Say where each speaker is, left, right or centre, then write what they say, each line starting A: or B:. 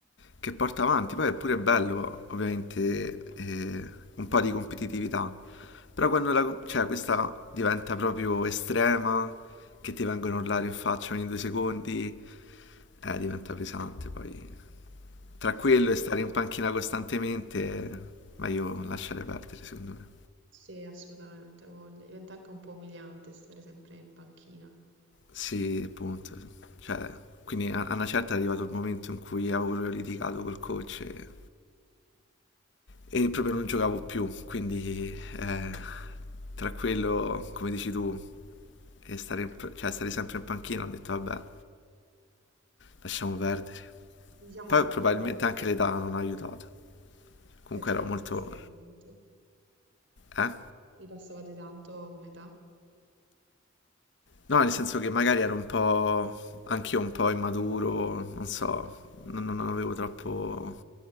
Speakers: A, on the left; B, on the right.
A: che porta avanti, poi è pure bello ovviamente eh, un po' di competitività, però quando la, com- cioè, questa diventa proprio estrema, che ti vengono a urlare in faccia ogni due secondi, eh, diventa pesante, poi tra
B: Eh
A: quello
B: sì,
A: e stare
B: certo.
A: in panchina costantemente, eh, meglio lasciare perdere secondo me.
B: Sì, assolutamente, ha voglia. Diventa anche un po' umiliante stare sempre in panchina.
A: Sì, appunto. Cioè, quindi a a una certa è arrivato il momento in cui avevo proprio litigato col coach e, e proprio non giocavo più. Quindi eh,
B: Mm.
A: tra quello, come dici tu, e stare, in pa- cioè, stare sempre in panchina, ho detto vabbè, lasciamo perdere.
B: Diciamo
A: Poi
B: anche
A: probabilmente
B: un po'
A: anche l'età non ha aiutato. Comunque
B: perché
A: ero
B: vi
A: molto...
B: passavate tanto.
A: Eh?
B: Vi passavate tanto come età?
A: No, nel senso che magari ero un po', anch'io un po' immaturo, non so, non, non avevo troppo